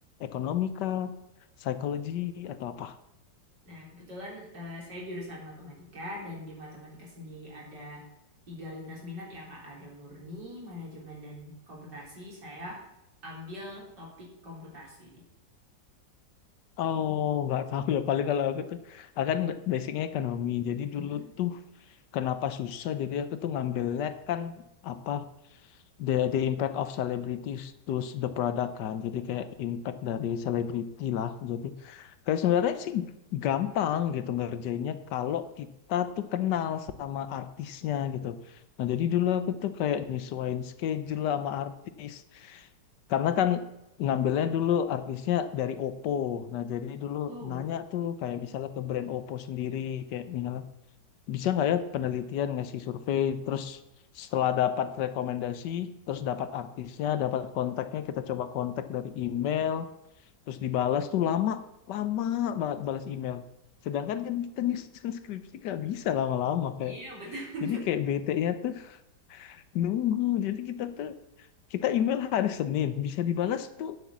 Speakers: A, on the left; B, on the right.
A: ekonomika, psikologi, atau apa?
B: Nah, kebetulan eh, saya jurusan matematika dan di matematika sendiri ada tiga lintas minat ya Kak. Ada murni, manajemen, dan komputasi. Saya ambil topik komputasi.
A: Oh, nggak tahu ya. Paling kalau aku tuh, akan basicnya ekonomi. Jadi dulu
B: Hmm.
A: tuh kenapa susah? Jadi aku tuh ngambilnya kan apa the the impact of celebrities to the product kan. Jadi kayak impact dari selebriti lah. Jadi kayak sebenarnya sih gampang gitu ngerjainnya kalau kita tuh kenal sama artisnya gitu. Nah, jadi dulu aku tuh kayak nyesuaiin schedule lah sama artis. Karena kan ngambilnya dulu artisnya dari Oppo. Nah, jadi dulu
B: Wow,
A: nanya tuh kayak misalnya ke brand Oppo sendiri kayak misalnya bisa nggak ya penelitian ngasih survei terus setelah dapat rekomendasi, terus dapat artisnya, dapat kontaknya, kita coba kontak dari email, terus dibalas tuh lama, lama banget balas email. Sedangkan kan kita nyusun skripsi nggak bisa lama-lama kayak.
B: Iya, <laughs> betul-betul.
A: Jadi kayak bete-nya tuh nunggu. Jadi kita tuh kita email hari Senin bisa dibalas tuh